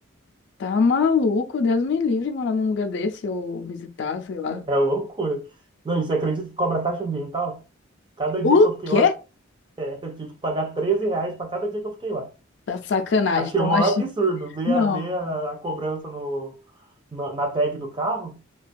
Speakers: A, on the left (about 55°); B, on the right (about 25°).
A: tá maluco? Deus me livre morar num lugar desse ou visitar, sei lá.
B: É, é loucura. Não, e você acredita que cobra taxa ambiental? Cada
A: O
B: dia que eu fiquei
A: quê?
B: lá, é, eu tive que pagar 13 reais para cada dia que eu fiquei lá.
A: Tá sacanagem.
B: Achei
A: Então,
B: o maior
A: acho.
B: absurdo ver
A: Não.
B: a, ver a, a cobrança no, na, na tag do carro.